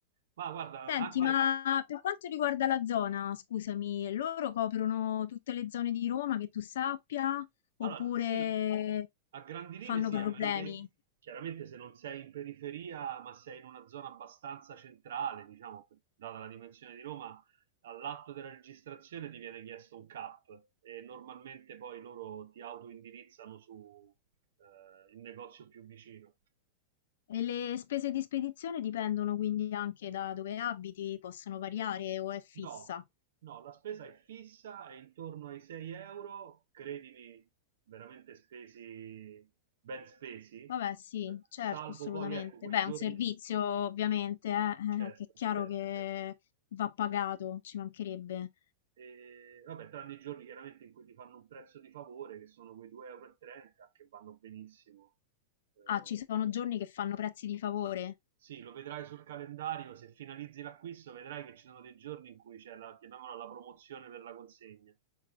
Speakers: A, on the right; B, on the left.
A: Ma guarda,
B: Senti,
A: anche,
B: ma per quanto riguarda la zona, scusami, loro coprono tutte le zone di Roma che tu sappia oppure
A: Allora, sì, a grandi
B: fanno
A: linee sì,
B: problemi?
A: a meno che chiaramente se non sei in periferia, ma sei in una zona abbastanza centrale, diciamo, data la dimensione di Roma, all'atto della registrazione ti viene chiesto un CAP e normalmente poi loro ti autoindirizzano su eh, il negozio più vicino.
B: E le spese di spedizione dipendono quindi anche da dove abiti, possono variare o è fissa?
A: No, no, la spesa è fissa, è intorno ai 6 euro, credimi, veramente spesi, ben spesi, eh,
B: Vabbè, sì, certo,
A: salvo
B: assolutamente.
A: poi, ecco, quei
B: Beh,
A: giorni,
B: è un servizio ovviamente, eh,
A: certo,
B: eh, che è chiaro
A: certo,
B: che
A: certo,
B: va pagato, ci mancherebbe.
A: e, vabbè, tranne i giorni chiaramente in cui ti fanno un prezzo di favore, che sono quei 2,30 euro, e trenta, che vanno benissimo, Eh,
B: Ah, ci sono giorni che fanno prezzi di favore?
A: Sì, lo vedrai sul calendario, se finalizzi l'acquisto vedrai che ci sono dei giorni in cui c'è la, chiamiamola la promozione per la consegna.